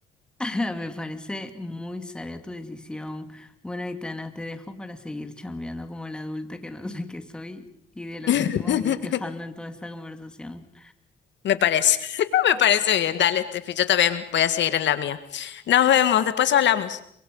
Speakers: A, in the centre; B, on the left.
A: <laughs> Me parece muy sabia tu decisión. Bueno, Aitana, te dejo para seguir chambeando como la adulta que no sé qué soy y de lo
B: <laughs>
A: que nos hemos venido quejando en toda esta conversación.
B: Me parece, <laughs> me parece bien, dale, Steffi, yo también voy a seguir en la mía. Nos vemos, después hablamos.